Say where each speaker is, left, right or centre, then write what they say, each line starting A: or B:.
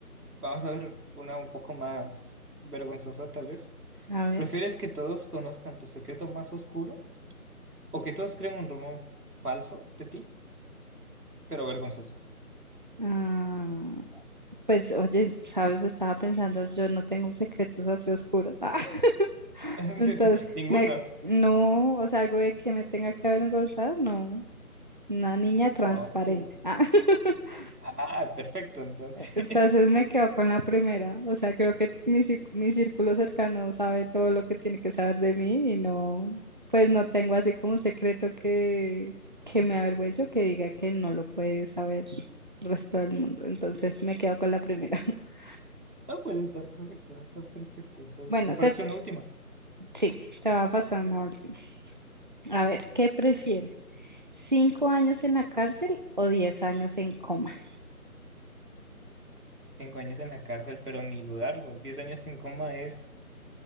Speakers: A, on the right; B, on the right.
A: vamos a ver una un poco más vergonzosa tal vez.
B: a ver.
A: ¿Prefieres que todos conozcan tu secreto más oscuro o que todos creen un rumor falso de ti, pero vergonzoso?
B: ah, pues, oye, sabes, estaba pensando, yo no tengo secretos así oscuros. <laughs> Ah,
A: <laughs>
B: Entonces,
A: Ninguno.
B: me, no, o sea, algo de que me tenga que avergonzar, no. Una niña transparente.
A: No, pues.
B: Ah, <laughs>
A: Ah, perfecto, entonces.
B: Entonces
A: <laughs>
B: me quedo con la primera, o sea, creo que mi, cí- mi círculo cercano sabe todo lo que tiene que saber de mí y no, pues no tengo así como un secreto que, que me avergüence o que diga que no lo puede saber el resto del mundo. Entonces me quedo con la primera. <laughs>
A: No, pues está perfecto, está perfecto. Entonces,
B: Bueno,
A: ¿te parece
B: te,
A: una última?
B: sí, te va a pasar una última. A ver, ¿qué prefieres? ¿Cinco años en la cárcel o diez años en coma?
A: Cinco años en la cárcel, pero ni dudarlo. Diez años en coma es